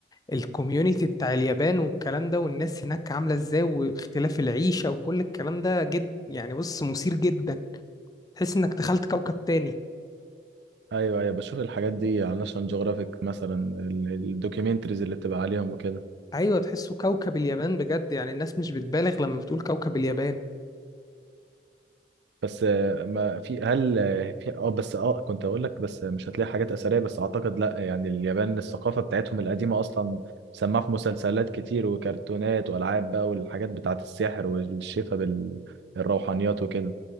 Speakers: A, on the left (about 20°); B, on the right (about 70°).
A: الكوميونيتي بتاع اليابان والكلام ده والناس هناك عاملة إزاي واختلاف العيشة وكل الكلام ده جد يعني بص مثير جدا تحس إنك دخلت كوكب تاني
B: ايوه ايوه بشوف الحاجات دي على ناشونال جيوغرافيك مثلا الدوكيومنتريز اللي بتبقى عليهم وكده
A: ايوه تحسه كوكب اليابان بجد يعني الناس مش بتبالغ لما بتقول كوكب اليابان
B: بس آه، ما في هل آه، في اه بس اه كنت اقول لك بس مش هتلاقي حاجات اثريه بس اعتقد لا يعني اليابان الثقافه بتاعتهم القديمه اصلا سماها في مسلسلات كتير وكرتونات والعاب بقى والحاجات بتاعت السحر والشفا بالروحانيات وكده